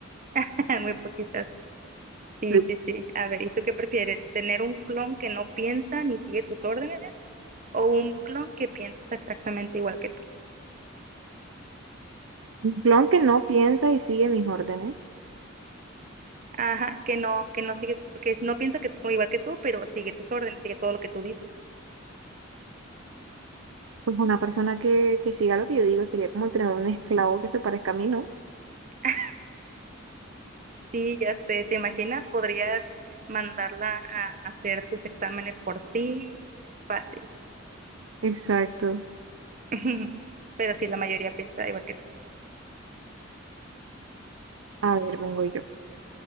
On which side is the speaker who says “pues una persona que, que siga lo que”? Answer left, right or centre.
Right